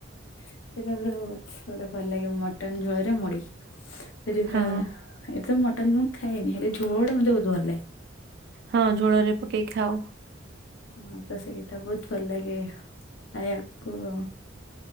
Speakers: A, on the left; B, on the right.
A: ସେଟା ପୁରା ବ ଗୋଟେ ଭଲ ଲାଗେ, ମଟନ୍ ଝୋଳରେ ମୁଡି। ସେଠି ପୁରା
B: ହଁ
A: ଏକ ତ ମଟନ୍ ମୁଁ ଖାଏନି। ହେଲେ ଝୋଳଟା ମତେ ବହୁତ ଭଲ ଲାଗେ।
B: ହଁ, ଝୋଳରେ ପକେଇ ଖାଉ।
A: ମୁଁ ତ ସେଇଟା ବହୁତ ଭଲ ଲାଗେ। ଖାଇଆକୁ ଆଉ।